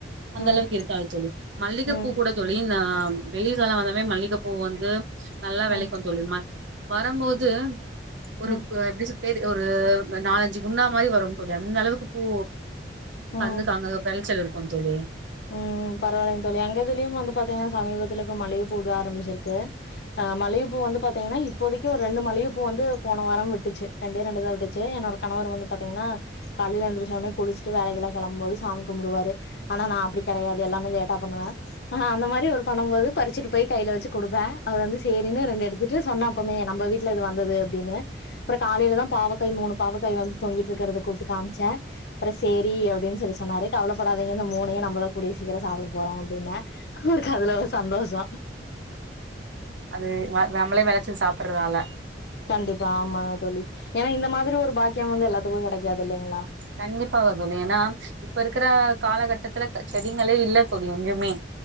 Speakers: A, on the right; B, on the left.
A: அந்தளவுக்கிருக்
B: ம் ம்
A: ச்சது மல்லிகப்பூக்
B: ம்
A: கூட தோழி நா நமக்கு வெயில் கால வந்தாவே மல்லிகப்பூ வந்து நல்லா
B: ம்
A: வெளைக்கு தோழி ம வரம்மோது ஒரு
B: ம்
A: எப்டி சொல் லு பேர் ஒரு நாலஞ்சு குண்டா மாரி வரும் தோழி அந்த அளவுக்குப் பூ
B: ம்
A: கந்துக்காங்க வெளச்சல் இருக் கு தோழி
B: ம் பரவாலைங் தோழி எங்கதுலயும் வந்து பாத்திங்கன்னா சமீபத்துல இப்ப மல்லிகப்பூதா ஆரமிச்சிருக்கு ஆ மல்லிக போ வந்து பாத் தீங்ன்னா இப்போதைக்கு ஒ ரெண்டு மலையுப் ப்போ வந்து போன வாரம் விட்டுச்சு ரெண்டே ரெண்டு தா விட்டுச்சு என்னோடக் கணவர் வந்துப் பாத்தீங்கன்னா காலைல எந்திரிச்சோனே குளிச்சிட்டு வேலைகில்லா கெளம்புபோது சாமி கும்புடுவாரு ஆனா நா அப்டி கெடையாது எல்லாமே லேட்டா பண்ணுவ அ அந்த மாரி ஒரு பண்ணும்போது பறிச்சிட்டுப் போயி கைல வச்சி குடுப்ப அவர் வந்து சேரின்னு ரெண்டு எடுத் துட்டு சொன்னா அப்பமே நம்ம வீட்ல இது வந்தது அப்டின்னு அப்றோ காலைலதா பாவக்காய் மூணு பாவக்காய் வந்துத் தொங்கிட்ருக்ரதக் கூப்ட்டுக் காம்ச்ச அப்ற சேரி அப்டின்னு சொல்லி சொன்னாரு கவலப்படாதீங்க இந்த மூணையு நம்மதா கூடிய சீக்கரோ சாப்புட போறோ அப்டின்னே அவருக்கதுல ஒரு சந்தோஷோ
A: அது வ நம்ளே வெளச்சி சாப்புர்ரதால
B: கண்டிப்பா ஆமா தோழி ஏனா இந்த மாதிரி ஒரு பாக்கியோ வந்து எல்லாத்துக்கு கெடக்காதுல்லைங்ளா
A: கண்டிப்பாக தோழி ஏனா இப்ப இருக்கிற காலகட்டத்துல செடிங்களே இல்ல தோழி எங்கயுமே